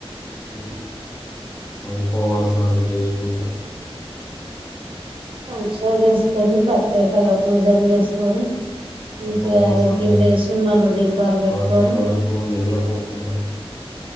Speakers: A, on the left; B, on the right.
A: హు ఆ ఉపవాసాలు చేసుకుంటా
B: మంచిగా చేసుకొని ప్రత్యేకంగా పూజలు చేసుకొని మంచిగా
A: ఉపవాసాలు
B: ఐదింటికి
A: ఉండి
B: లేసి మళ్ళ దీపాలు పెట్టుకొని
A: రాత్రి వరకు నిద్రపోకుండా